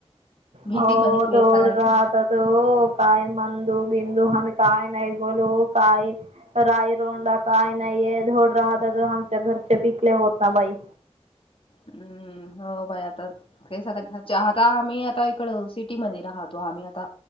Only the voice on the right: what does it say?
हो,
<unintelligible>
राहता
तो काय म्हण- <unintelligible> काय नाही बोलू काय ना ई रोंडा काय नाही धोड राहत तर आमच्या घरचे पिकले होता बाई.